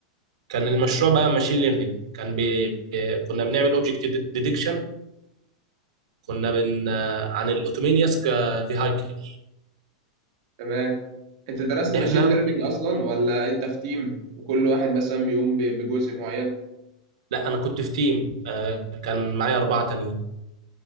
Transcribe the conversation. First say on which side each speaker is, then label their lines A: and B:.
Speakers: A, on the right (about 80°); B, on the right (about 50°).
A: كان المشروع بقى ماشين ليرنينج كان بي... كنا بنعمل اوبجكت ديدكشن كنا بن عن الاوتومينيوس كفيهايكل
B: تمام انت درست
A: ان
B: ماشين
A: احنا
B: ليرنينج
A: بن...
B: اصلا ولا انت في تيم وكل واحد مثلا بيقوم ب- بجزء معين
A: لا انا كنت في تيم آه، كان معايا اربعه تانيين